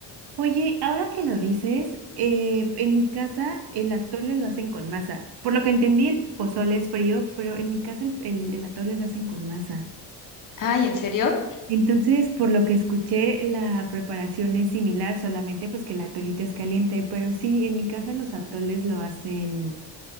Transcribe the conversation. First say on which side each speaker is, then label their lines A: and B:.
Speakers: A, on the right (about 65°); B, on the left (about 50°).
A: Oye, ahora que lo dices, eh, en mi casa el atole lo hacen con masa. Por lo que entendí, el pozole es frío, pero en mi casa el, el- el atole lo hacen con masa.
B: Ay, ¿en serio?
A: Entonces, por lo que escuché, la preparación es similar, solamente pues que el atolito es caliente, pero sí, en mi casa los atoles lo hacen,